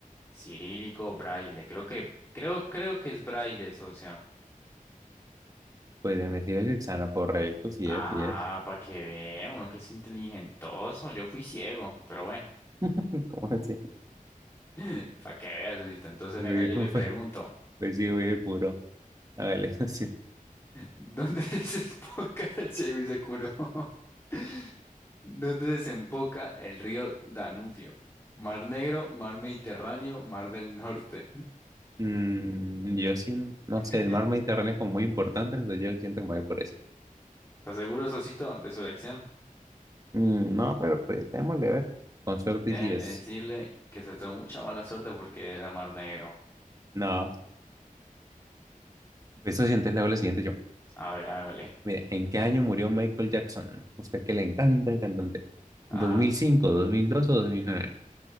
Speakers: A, on the left; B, on the right.
A: Cirílico, braille. Creo que, creo, creo que es braille, socio.
B: Pues me decir que está en lo correcto, sí
A: Ah,
B: es, sí es.
A: para que vea, uno que es inteligentoso. Yo fui ciego, pero bueno,
B: <laughs> ¿Cómo así?
A: <laughs> para que vea, socito. Entonces,
B: Güey,
A: venga, yo
B: <laughs>
A: le pregunto,
B: Pues, pues sí, güey, seguro. Hágale, <laughs> así.
A: ¿dónde <laughs> desemboca el ciego y se curó? <laughs> ¿Dónde desemboca el río Danubio? Mar Negro, Mar Mediterráneo, Mar del Norte.
B: Mm, yo siento, no
A: <laughs>
B: sé, el mar Mediterráneo es como muy importante, entonces yo siento que me voy por eso.
A: ¿Estás seguro, Sosito, de su elección?
B: Mm, no, pero pues démosle a ver. Con suerte
A: Déjeme
B: y si es.
A: decirle que se tuvo mucha mala suerte porque era Mar Negro.
B: No, pues eso sientes, le hago la siguiente yo.
A: A ver, hágale.
B: Mire, ¿en qué año murió Michael Jackson? Usted que le encanta el cantante.
A: Ajá.
B: ¿2005, 2002 o 2009?